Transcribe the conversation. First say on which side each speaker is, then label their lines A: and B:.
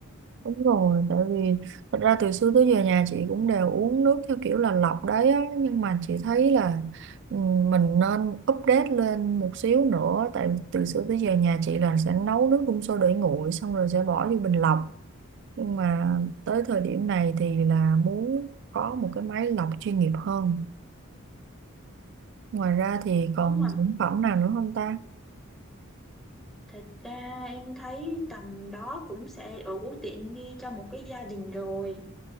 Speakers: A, on the right (about 55°); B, in the centre.
A: Đúng rồi, tại vì thật ra từ xưa tới giờ nhà chị cũng đều uống nước theo kiểu là lọc đấy á, nhưng mà chị thấy là ừ, mình nên update lên một xíu nữa, tại vì từ xưa tới giờ nhà chị là sẽ nấu nước đun sôi để nguội xong rồi sẽ bỏ vô bình lọc, nhưng mà tới thời điểm này thì là muốn có một cái máy lọc chuyên nghiệp hơn. Ngoài ra thì còn
B: có mà
A: sản phẩm nào nữa không ta?
B: Thật ra em thấy tầm đó cũng sẽ đủ tiện nghi cho một cái gia đình rồi.